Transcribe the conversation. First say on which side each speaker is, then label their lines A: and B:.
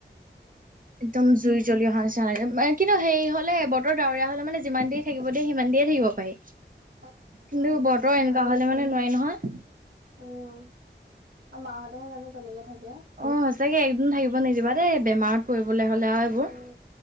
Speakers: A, on the right; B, on the right.
A: একদম জুই জ্বলি অহা নিচিনা লাগে। উম' কিন্তু হেৰি হলে বতৰ ডাৱৰীয়া হ'লে মানে যিমান দেৰি থাকিব দিয়ে সিমান দেৰিয়ে থাকিব পাৰি।
B: <inaudible>
A: কিন্তু বতৰ এনেকোৱা
B: আমি
A: হলে মানে নোৱাৰি নহয়।
B: উম' মা হঁতেহে জানো কেনেকে থাকে।
A: অ, সঁচাকে একদিনো থাকিব নিদিবা দেই বেমাৰত। কৰিবলে হ'লে আৰু এইবোৰ
B: উম